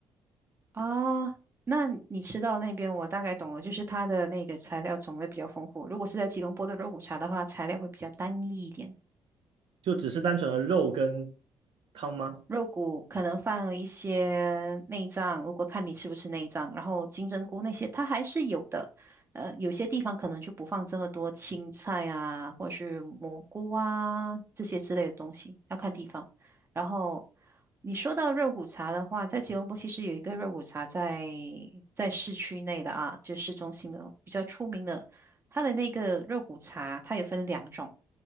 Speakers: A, on the right (about 20°); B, on the right (about 55°).
A: 啊，那你吃到那边，我大概懂了，就是它的那个材料种类比较丰富。如果是在吉隆坡的肉骨茶的话，材料会比较单一一点。
B: 就只是单纯的肉跟汤吗？
A: 肉骨可能放了一些内脏，如果看你吃不吃内脏，然后金针菇那些它还是有的。呃，有些地方可能就不放这么多青菜啊，或者是蘑菇啊这些之类的东西，要看地方。然后你说到肉骨茶的话，在吉隆坡其实有一个肉骨茶在在市区内的啊，就市中心的比较出名的，它的那个肉骨茶它有分两种。